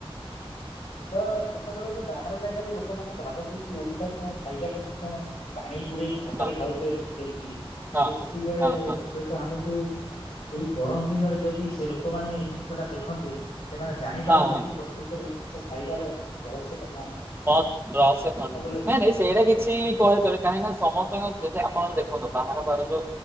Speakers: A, on the left; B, on the right.
A: ତ ଯେତେବେଳେ ବି ବାହାର ଜାଗାରେ ଲୋକମାନେ ଭାବନ୍ତି କି ଓଡିଶାରେ ତମର ଖାଇବା କେମିତି କଣ ପାଣି ପୁରଇକି ଭାତରେ
B: ହଁ
A: ଖାଉଚେ ଏମିତି କେମିତି କିନ୍ତୁ
B: ହଁ।
A: ସେତିକ ବେଳେ
B: ହଁ ହଁ
A: ହୁଏତ ଆମକୁ ଏଇ ଗରମ ଦିନରେ ଯଦି ସେ ଲୋକମାନେ ଏଇ ଜିନିଷ ଟା ଦେଖନ୍ତେ ସେମାନେ ଜାଣିପାରନ୍ତେ
B: ହଁ ହଁ
A: କି ପ୍ରକୃତରେ ଜିନ ଖାଇବାର ରହସ୍ୟଟା କଣ?
B: ର-ର-ରହସ୍ୟ
A: ଯେତେବେଳେ
B: କଣ? ନାଇଁ ନାଇଁ ସେଇଟା
A: ହଁ
B: କିଛି କହିପାରିବ କାହିଁକିନା ସମସ୍ତଙ୍କ ଯଦି ଆପଣ ଦେଖନ୍ତୁ ବାହାର ବାହାର ଯଉ